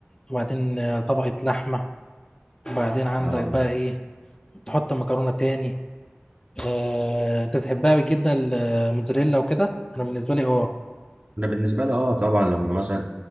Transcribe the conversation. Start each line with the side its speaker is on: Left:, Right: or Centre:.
Left: وبعدين آه، طبقة لحمة وبعدين عندك
Right: أه
Left: بقى ايه تحط المكرونة تاني آه، انت بتحبها بالجبنة الموتزاريلا وكده انا بالنسبة لي اه
Right: انا بالنسبه لي اه طبعا لما مثلا